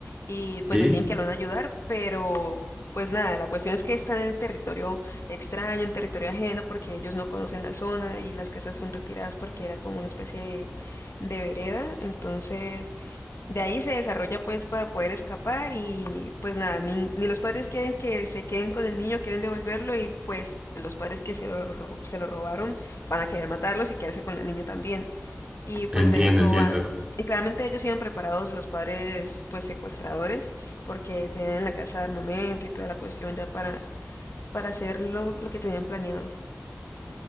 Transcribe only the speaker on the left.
y pues
deciden que lo van a ayudar, pero pues nada, la cuestión es que están en territorio extraño, en territorio ajeno, porque ellos no conocen la zona y las casas son retiradas porque era como una especie de, de vereda, entonces de ahí se desarrolla pues para poder escapar y pues nada, ni, ni, los padres quieren que se queden con el niño, quieren devolverlo y pues los padres que se lo, ro- se lo robaron van a querer matarlos y quedarse con la niña también. Y pues
de eso
va. Y claramente ellos iban preparados los padres pues secuestradores porque tenían en la casa armamento y toda la cuestión ya para, para hacer lo, lo que tenían planeado.